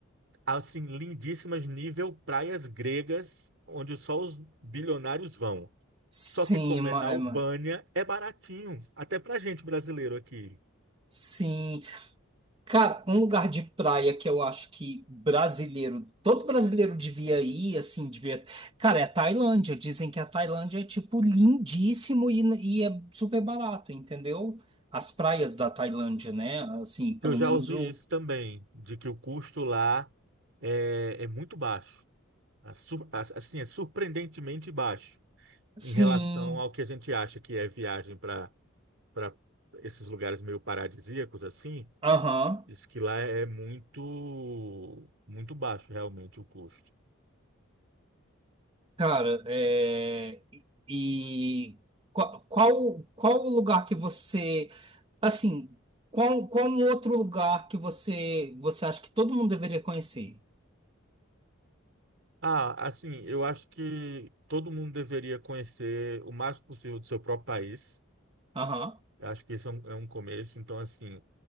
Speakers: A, on the right; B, on the right.
A: assim, lindíssimas nível praias gregas, onde só os bilionários vão.
B: sim,
A: Só que como
B: ma-
A: é na Albânia,
B: é, ma-
A: é baratinho, até pra gente brasileiro aqui.
B: sim. Cara, um lugar de praia que eu acho que brasileiro, todo brasileiro devia ir, assim, devia. Cara, é a Tailândia. Dizem que a Tailândia é, tipo, lindíssimo e, e é super barato, entendeu? As praias da Tailândia, né? Assim, pelo
A: Eu já
B: menos
A: ouvi
B: o.
A: isso também, de que o custo lá é é muito baixo. a sur- a- assim, é surpreendentemente baixo em
B: Sim,
A: relação ao que a gente acha que é viagem para para esses lugares meio paradisíacos assim.
B: aham.
A: Diz que lá é muito muito baixo realmente o custo.
B: Cara, é, e qual, qual, qual o lugar que você, assim, qual, qual um outro lugar que você, você acha que todo mundo deveria conhecer?
A: Ah, assim, eu acho que todo mundo deveria conhecer o máximo possível do seu próprio país.
B: Aham.
A: Eu acho que isso é um, é um começo. Então, assim,